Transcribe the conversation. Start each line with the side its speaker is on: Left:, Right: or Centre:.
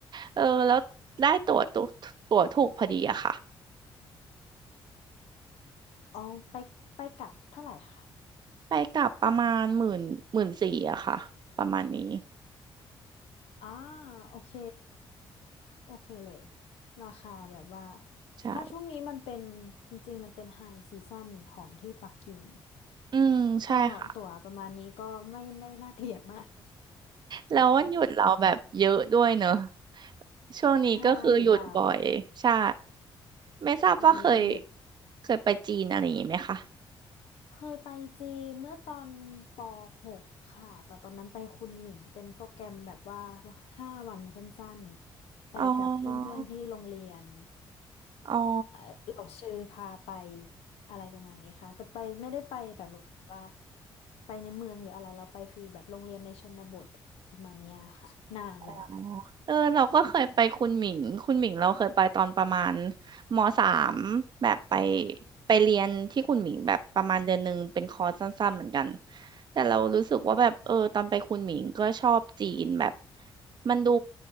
Right: เออแล้วได้ตั๋วตั๋วตั๋วถูกพอดีอะค่ะ
Left: อ๋อไปไปกลับเท่าไหร่คะ
Right: ไปกลับประมาณหมื่นหมื่นสี่อะค่ะประมาณนี้
Left: อ่าโอเค โอเคเลย ราคาแบบว่า
Right: ใช่
Left: เพราะช่วงนี้มันเป็นจริงๆมันเป็นไฮซีซั่นของที่ปักกิ่ง
Right: อืมใช่ค่ะ
Left: ก็ตั๋วประมาณนี้ก็ไม่ได้น่าเกลียดมาก
Right: แล้ววันหยุดเราแบบเยอะด้วยเนอะ
Left: แบบ
Right: ช่วงนี้ก็คือหยุดบ่อยใช่
Left: <laughs> ถ้าหยุดยาว
Right: ไม่ทราบว่าเคย
Left: ตอนนี้มันหยุด
Right: เคยไปจีนอะไรอย่างนี้ไหมคะ
Left: เคยไปจีนเมื่อตอนปหกค่ะแต่ตอนนั้นไปคุนหมิงเป็นโปรแกรมแบบว่าห้าวันสั้นๆไปกับเพื่อนๆที่โรงเรียน
Right: อ๋ออ๋อ
Left: เอ่อเราชื่อพาไปอะไรประมาณนี้ค่ะแต่ไปไม่ได้ไปแบบว่าไปในเมืองหรืออะไรเราไปฟิลแบบโรงเรียนในชนบทประมาณเนี้ยค่ะนานแล้ว
Right: อ๋อเออเราก็เคยไปคุณหมิงคุณหมิงเราเคยไปตอนประมาณมสามแบบไปไปเรียนที่คุณหมิงแบบประมาณเดือนหนึ่งเป็นคอร์สสั้นๆเหมือนกันแต่เรารู้สึกว่าแบบเออตอนไปคุณหมิงก็ชอบจีนแบบ
Left: <laughs> อืม
Right: มันดู